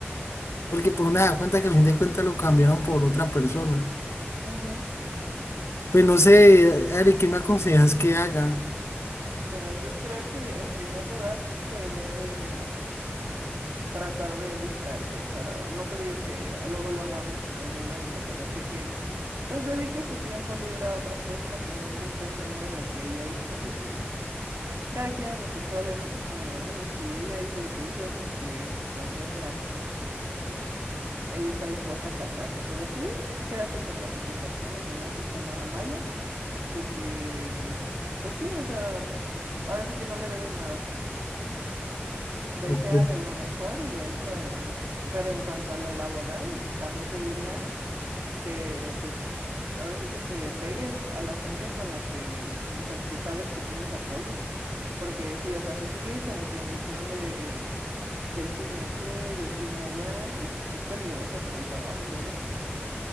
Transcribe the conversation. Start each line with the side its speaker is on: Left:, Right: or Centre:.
Left: Porque pues nada, cuenta que al fin de cuentas lo cambiaron por otra persona.
Right: Ujú.
Left: Pues no sé, Ari, ¿qué me aconsejas que haga?
Right: Mira, yo creo que en primer lugar deberías de... tratar de distraerte. O sea, no te digo que luego luego andes con alguien más, ¿no? Pero sí que pues dediques tu tiempo libre a otras cosas para que no estés pensando en lo que ella hizo, porque pues cada quien es responsable de sus acciones, ¿no? Y si ella hizo lo que hizo es porque en su conciencia, pues ella está dispuesta a cargarlo, pero tú quédate con la satisfacción de que no hiciste nada malo, de que, pues sí, o sea, ahora sí que no le debes nada. Deséale
Left: Ok.
Right: lo mejor y de ahí para adelante. Pero en cuanto a lo laboral, también te diría que pues ahora sí que te pegues a la gente con la que, o sea, que sabes que tienes apoyo. Porque sí, o sea, si sigue como que en su plan de del chisme aquí, del chisme allá, es, es peligroso para el trabajo luego.